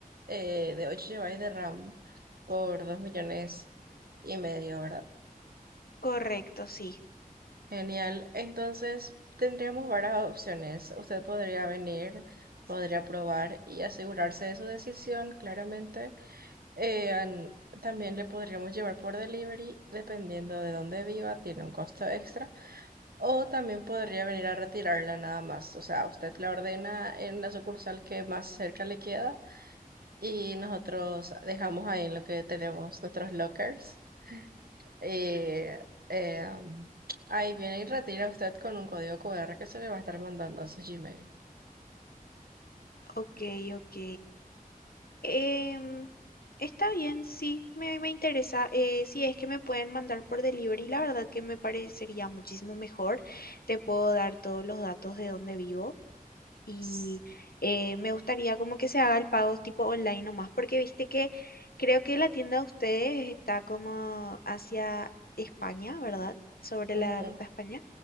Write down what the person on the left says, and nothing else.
Correcto, sí.
Ok, ok. Em, está bien, sí, me, me interesa. eh, si es que me pueden mandar por delivery, la verdad que me parecería muchísimo mejor. Te puedo dar todos los datos de dónde vivo y
eh, me gustaría como que se haga el pago tipo online nomás, porque viste que creo que la tienda de ustedes está como hacia España, ¿verdad? Sobre
la ruta a España